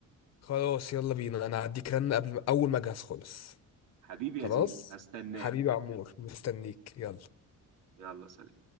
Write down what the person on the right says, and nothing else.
حبيبي
يا زيزو هستناك
يلا سلام